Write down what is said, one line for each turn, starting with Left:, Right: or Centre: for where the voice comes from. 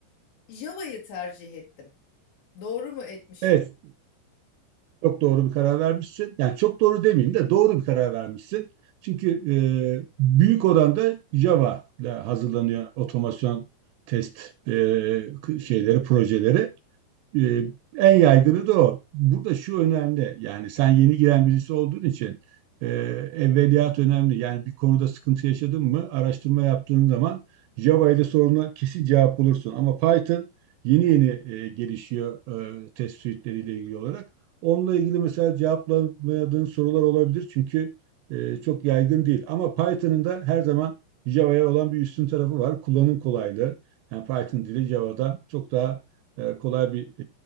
Left: Java'yı tercih ettim. Doğru mu etmişim?
Right: Evet, Çok doğru bir karar vermişsin. Yani çok doğru demeyeyim de doğru bir karar vermişsin. Çünkü e, büyük oranda Java ile hazırlanıyor otomasyon test e, k- şeyleri, projeleri. Ee, en yaygını da o. Burada şu önemli. Yani sen yeni giren birisi olduğun için e, evveliyat önemli. Yani bir konuda sıkıntı yaşadın mı araştırma yaptığın zaman Java ile soruna kesin cevap bulursun. Ama Python yeni yeni e, gelişiyor e, test suite'leriyle ilgili olarak. Onunla ilgili mesela cevaplamadığın sorular olabilir. Çünkü e, çok yaygın değil. Ama Python'ın da her zaman Java'ya olan bir üstün tarafı var. Kullanım kolaylığı. Yani Python dili Java'dan çok daha e, kolay bir